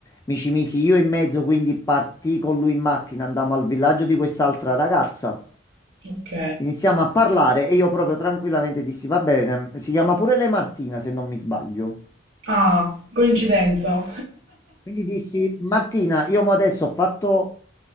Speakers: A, on the left (about 15°); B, on the right (about 70°).
A: mi ci misi io in mezzo, quindi partì con lui in macchina, andammo al villaggio di quest'altra ragazza.
B: ok.
A: Iniziamo a parlare e io proprio tranquillamente dissi, va bene, si chiama pure lei Martina se non mi sbaglio.
B: Ah, coincidenza.
A: Quindi dissi, Martina, io mo adesso ho fatto